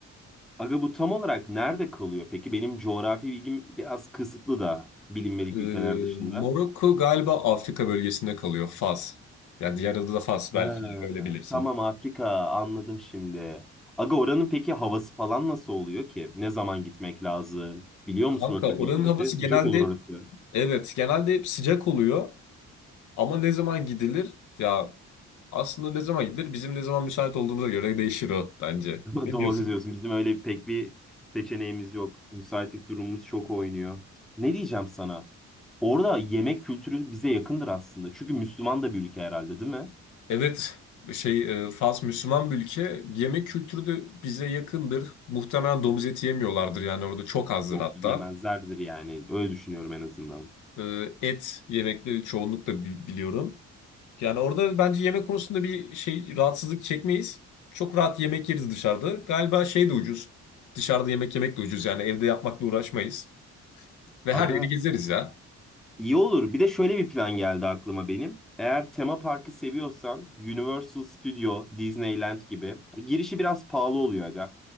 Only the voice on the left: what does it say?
Ee,
Morokko galiba Afrika bölgesinde kalıyor. Fas. Yani diğer adı da Fas belki
öyle bilirsin.
Kanka
oranın
havası
genelde
evet genelde hep sıcak oluyor. Ama ne zaman gidilir? Ya aslında ne zaman gidilir? Bizim ne zaman müsait olduğumuza göre değişir o bence.
Ne
diyorsun?
Evet şey e, Fas Müslüman bir ülke. Yemek kültürü de bize yakındır. Muhtemelen domuz eti yemiyorlardır yani orada çok azdır
hatta.
Ee, Et yemekleri çoğunlukla bi- biliyorum. Yani orada bence yemek konusunda bir şey rahatsızlık çekmeyiz. Çok rahat yemek yeriz dışarıda. Galiba şey de ucuz. Dışarıda yemek yemek de ucuz yani evde yapmakla uğraşmayız. Ve
her yeri gezeriz ya.